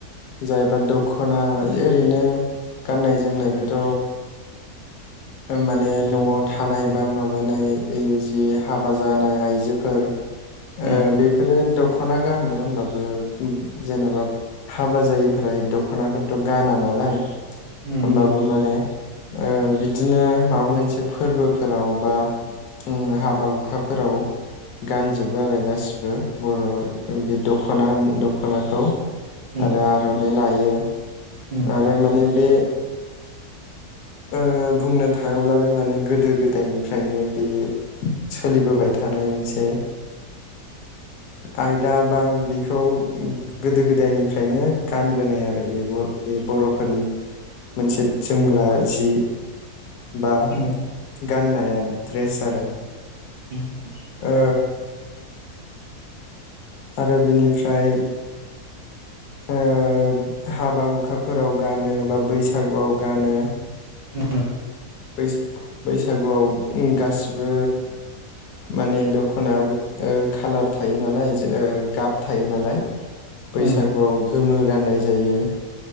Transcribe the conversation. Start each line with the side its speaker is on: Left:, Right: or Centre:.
Left: जाहबा दखना ओरैनो गाननाय जोमनायखोथ ओ माने नयाव थानाय बा माबानाय जि हाबा जानाय आइजोफोर ओ
Right: उम उम
Left: बेफोरो दख दखना गानो होमबाबो जेनबा हाबा जायिफ्रा दखनाखौथ गाना नालाय। होमबाबो
Right: उम
Left: माने ओ बिदि बिदिनो माबा मोनसे फोरबोफोराव बा उम हाबा हुखाफोराव गानजोबो आरो गासिबो बर' बे दखना दखनाखौ।
Right: उम
Left: आरो आर'नाइ लायो।
Right: उम
Left: आरो माने बे ओ बुंनो थाङोब्ला बे माने गोदो गोदायनिफ्रायनो बे सोलिबोबाय थानाय मोनसे आयदा बा बेखौ गोदो गोदायनिफ्रायनो गानबोनाय आरो बे ब बे बर'फोरनि मोनसे जोमग्रा
Right: उम
Left: जि बा
Right: उम
Left: गाननाया ड्रेस आरो
Right: उम
Left: ओ आरो बिनिफ्राय ओ हाबा हुखाफोराव गानो बा बैसागुआव गानो।
Right: उम
Left: बैस-बैसागुआव गासिबो माने दखनाबो खालार थायो नालाय जो ओ गाब थायो नालाय। बैसागुआव
Right: उम
Left: गोमो गाननाय जायो।